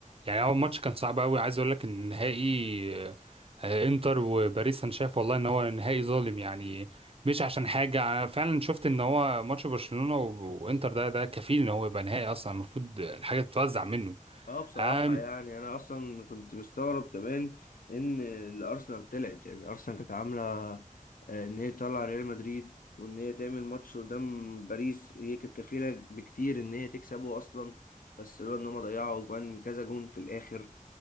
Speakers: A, on the right (about 40°); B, on the left (about 80°).
A: يعني اول ماتش كان صعب قوي عايز اقول لك ان النهائي آه، انتر وباريس انا شايف والله ان هو نهائي ظالم يعني مش عشان حاجه انا فعلا شفت ان هو ماتش برشلونه و- وانتر ده ده كفيل ان هو يبقى نهائي اصلا المفروض الحاجه تتوزع منه
B: اه بصراحة
A: أم...
B: يعني انا اصلا كنت مستغرب كمان ان الارسنال طلعت يعني الارسنال كانت عاملة آه، ان هي تطلع ريال مدريد وان هي تعمل ماتش قدام باريس هي كانت كفيلة بكتير ان هي تكسبه اصلا بس لولا ان هم ضيعوا جوان كذا جون في الاخر